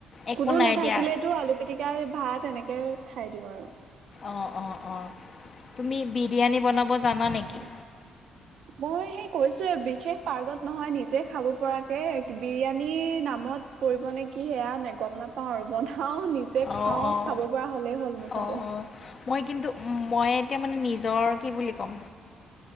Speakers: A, on the left (about 50°); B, on the right (about 75°).
A: একো
B: কোনো
A: নাই
B: নাথাকিলেতো
A: দিয়া
B: আলু পিতিকাৰে ভাত তেনেকে খাই দিওঁ আৰু
A: অঁ অঁ অঁ তুমি বিৰিয়ানী বনাব জানা নেকি
B: মই সেই কৈছোয় বিশেষ পাৰ্গত নহয় নিজে খাব পৰাকে বিৰিয়ানীৰ নামত পৰিব নে কি সেয়া নে গম নাপাও আৰু বধ খাও নিজে
A: অঁ
B: খাও
A: অঁ
B: খাব পৰা হলেই হ'ল মুঠতে
A: অঁ অঁ মই কিন্তু মই এতিয়া মানে নিজৰ কি বুলি ক'ম